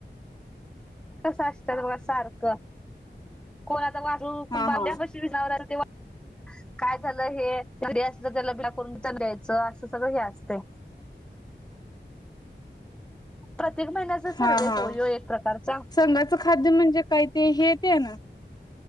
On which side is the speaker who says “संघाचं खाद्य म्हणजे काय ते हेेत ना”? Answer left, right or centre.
Left